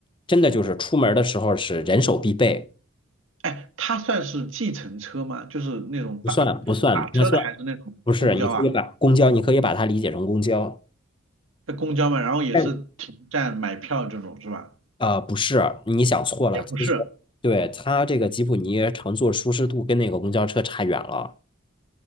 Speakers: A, on the left; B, on the right.
A: 真的就是出门儿的时候是人手必备，
B: <laughs> 哎，它算是计程车吗？就是那种打打车的，
A: 不算不算那算
B: 还是那种公交啊？
A: 不是，你可以把公交你可以把它理解成公交，
B: 那公交嘛，然后也是停站买票这种是吧？
A: 但啊、呃不是，你想错了，
B: 也不是。
A: 其实对它这个吉普尼乘坐舒适度跟那个公交车差远了，